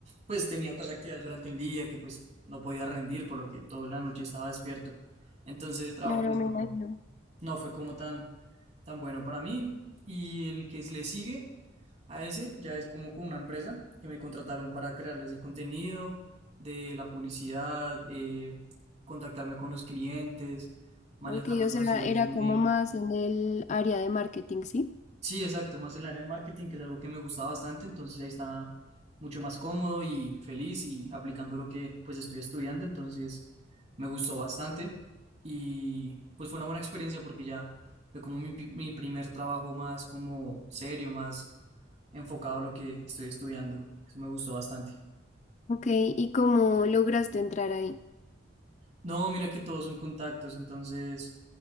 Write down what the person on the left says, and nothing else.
claro,
me
imagino.
Ok,
o sea,
era
como más en el área de marketing, ¿sí?
Ok, ¿y cómo lograste entrar ahí?